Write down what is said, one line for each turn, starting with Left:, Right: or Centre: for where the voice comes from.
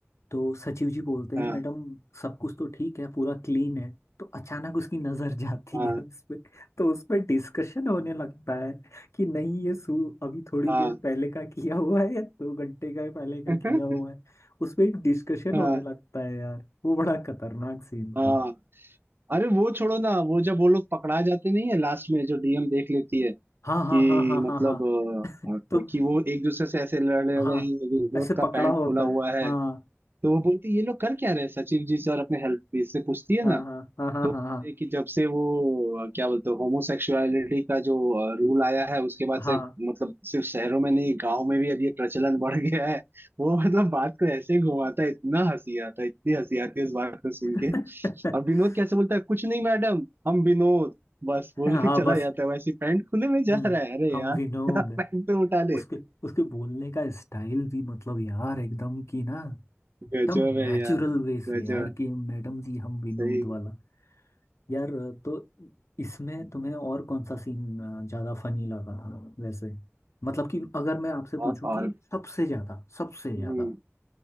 Left: तो सचिव जी बोलते
Right: हाँ
Left: हैं मैडम सब कुछ तो ठीक है पूरा क्लीन है तो अचानक उसकी नजर जाती
Right: हाँ
Left: है उस पे तो उस पे डिस्कशन होने लगता है कि नहीं ये सू अभी थोड़ी
Right: हाँ
Left: देर पहले का किया हुआ है या दो घंटे का पहले का
Right: <laughs>
Left: किया हुआ है उस पे एक डिस्कशन
Right: हाँ
Left: होने लगता है यार वो बड़ा खतरनाक सीन
Right: हाँ।
Left: था
Right: अरे वो छोड़ो ना वो जब वो लोग पकड़ा जाते नहीं है लास्ट में जो डीएम देख लेती है
Left: हाँ हाँ
Right: कि
Left: हाँ हाँ
Right: मतलब
Left: हाँ हाँ
Right: अ,
Left: तो
Right: अ, कि वो एक दूसरे से ऐसे लड़ रहे
Left: हाँ
Right: हैं विनोद
Left: ऐसे
Right: का
Left: पकड़ा
Right: पैंट
Left: होता
Right: खुला हुआ
Left: है
Right: है
Left: हाँ
Right: तो वो बोलती है ये लोग कर क्या रहे हैं?" सचिव जी से और अपने हेल्प से पूछती है
Left: हाँ
Right: ना
Left: हाँ हाँ
Right: तो
Left: हाँ हाँ
Right: है कि जब से वो अ, क्या बोलते हैं होमोसेक्सुअलिटी का जो रूल आया है उसके बाद
Left: हाँ
Right: से मतलब सिर्फ शहरों में नहीं गांव में भी अब ये प्रचलन बढ़ गया है वो मतलब बात को ऐसे घुमाता है इतना हंसी आता है इतनी हंसी आती है इस बात को सुन
Left: <laughs>
Right: के और विनोद कैसे बोलता है कुछ नहीं मैडम हम विनोद बस बोल
Left: हाँ
Right: के
Left: हाँ
Right: चला
Left: बस
Right: जाता है वैसे पैंट खुले में जा
Left: हम्म
Right: रहा है अरे
Left: हम
Right: यार
Left: विनोद
Right: <laughs> पैंट तो उठा ले
Left: उसके उसके बोलने का स्टाइल भी मतलब यार एकदम कि ना एकदम
Right: गजब है
Left: नेचुरल
Right: यार
Left: वे
Right: गजब
Left: से यार कि मैडम जी हम विनोद
Right: सही
Left: वाला यार तो इसमें तुम्हें और कौन सा सीन ज़्यादा फनी लगा था वैसे मतलब कि अगर मैं आपसे
Right: और
Left: पूछूं
Right: और
Left: कि सबसे ज़्यादा सबसे ज़्यादा
Right: हम्म,